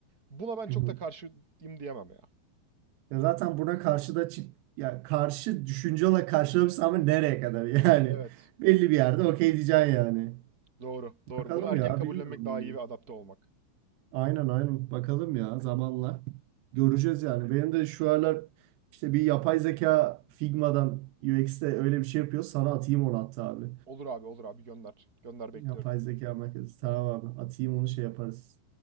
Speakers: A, on the right; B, on the right.
A: Buna ben
B: Hı
A: çok
B: hı.
A: da karşıyım diyemem ya.
B: Ya zaten buna karşı da çık ya karşı düşünce olarak karşılamışsın ama nereye kadar yani?
A: Evet.
B: <laughs> Belli bir yerde okey diyeceksin yani.
A: Doğru. Doğru.
B: Bakalım
A: Bunu erken
B: ya
A: kabullenmek
B: bilmiyorum.
A: daha iyi ve adapte olmak.
B: Aynen aynen. Bakalım ya zamanla. Göreceğiz yani. Benim de şu aralar işte bir yapay zeka Figma'dan UX'te öyle bir şey yapıyor. Sana atayım onu hatta abi.
A: Olur abi, olur abi. Gönder. Gönder bekliyorum.
B: Yapay zeka merkezi. Tamam abi. Atayım onu şey yaparız.